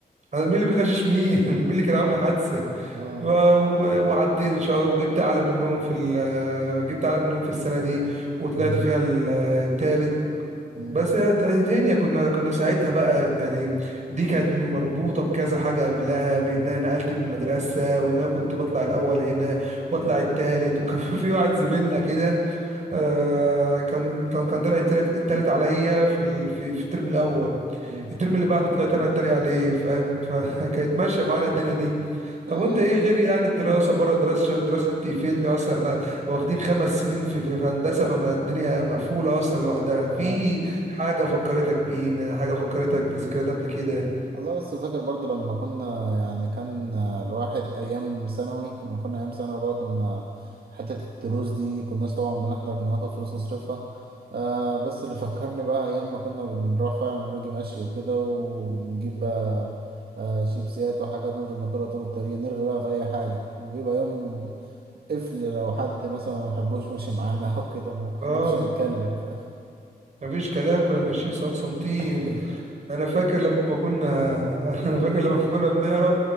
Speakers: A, on the right; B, on the right.
A: انا مين اللي بيغشش مين
B: <laughs>
A: <laughs> مين اللي كان عامل حادثه
B: آه
A: ف- و- وعديت ان شاء الله وجبت اعلى منهم في ال- آه، جبت اعلى منهم في السنه دي وطلعت
B: مم.
A: فيها ال- آه، التالت
B: مم.
A: بس هي د- هي دنيا كنا كنا ساعتها بقى يعني دي كانت مربوطه بكذا حاجه قبلها بان
B: مم.
A: انا نقلت من المدرسه وان انا كنت بطلع الاول هنا واطلع
B: مم.
A: التالت وكان <laughs> في واحد زميلنا كده آه كان كان كان طلع التالت, التالت عليا في ال... في في الترم الاول
B: مم.
A: الترم اللي بعده طلعت انا التاني عليه فاهم <laughs> فكانت ماشيه معانا الدنيا دي
B: لا
A: طب وانت
B: يعني
A: ايه غير يعني الدراسه بره الدراسه عشان الدراسه دي بتقفلني اصلا احنا واخدين خمس سنين في في في هندسه فما الدنيا مقفوله اصلا لوحدها في
B: آه
A: حاجه فكرتك بينا حاجه فكرتك بذكريات قبل كده
B: والله بس فاكر برضو لما كنا يعني كان الواحد أيام ثانوي لما كنا أيام ثانوي بقى كنا حتة الدروس دي كناش طبعا بنحضر كنا ناخد فلوس نصرفها آه بس اللي فكرني بقى أيام ما كنا بنروح فعلا ونيجي ماشي وكده ونجيب بقى آه شيبسيات وحاجات نفضل ناكلها طول الطريق نرغي بقى في أي حاجة وبيبقى يوم قفل لو حد مثلا ما بيحبوش ماشي معانا <laughs> أو كده ما
A: اه
B: بنعرفش نتكلم فاهم
A: مفيش كلام كنا ماشيين ص- صامتين
B: <laughs>
A: انا فاكر لما كنا <laughs> انا فاكر لما كنا بنهرب